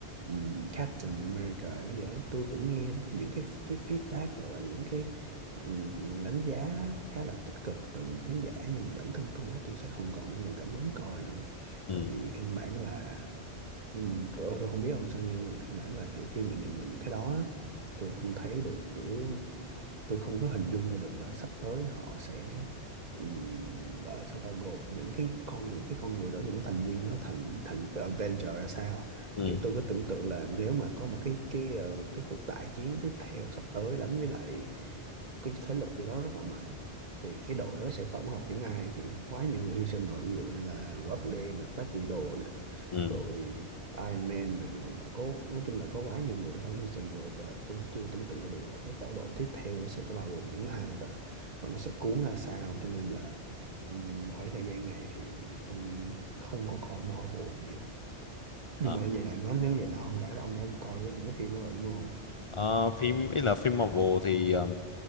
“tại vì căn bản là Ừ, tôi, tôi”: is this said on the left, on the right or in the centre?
Right